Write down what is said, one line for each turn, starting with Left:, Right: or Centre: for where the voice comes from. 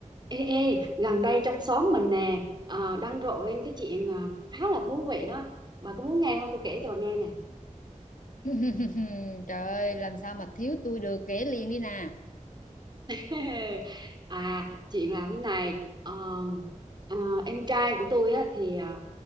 Right: Ê, ê, gần đây trong xóm mình nè ờ, đang rộ lên cái chuyện ờ, khá là thú vị đó bà có muốn nghe không tôi kể cho bà nghe nè
Left: <laughs> Trời ơi, làm sao mà thiếu tôi được kể liền đi nè.
Right: <laughs> à chuyện là thế này ờ, ờ, em trai của tôi á, thì ờ,